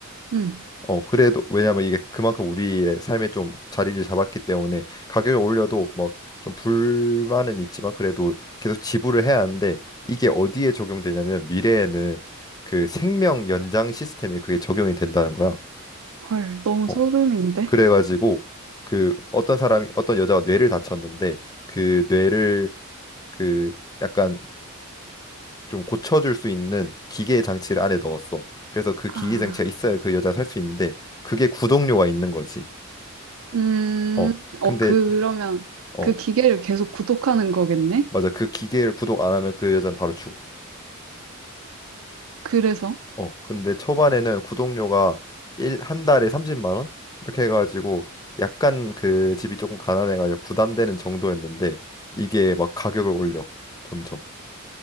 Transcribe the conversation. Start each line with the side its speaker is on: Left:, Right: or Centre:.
Right: 응.
Left: 어 그래도 왜냐면 이게 그만큼 우리의 삶에 좀 자리를 잡았기 때문에 가격을 올려도 막 좀 불만은 있지만 그래도 계속 지불을 해야 하는데 이게 어디에 적용되냐면 미래에는 그 생명 연장 시스템에 그게 적용이 된다는 거야.
Right: 헐, 너무
Left: 어,
Right: 소름인데?
Left: 그래가지고 그 어떤 사람이 어떤 여자가 뇌를 다쳤는데 그 뇌를 그 약간 좀 고쳐줄 수 있는 기계 장치를 안에 넣었어. 그래서 그
Right: 아.
Left: 기계 장치가 있어야 그 여자 살 수 있는데 그게 구독료가 있는 거지.
Right: 음,
Left: 어
Right: 어,
Left: 근데
Right: 그, 그러면
Left: 어
Right: 그 기계를 계속 구독하는 거겠네?
Left: 맞아 그 기계를 구독 안 하면 그 여자는 바로 죽어.
Right: 그래서
Left: 어 근데 초반에는 구독료가 일 한 달에 30만 원 이렇게 해가지고 약간 그 집이 조금 가난해가지고 부담되는 정도였는데 이게 막 가격을 올려 점점.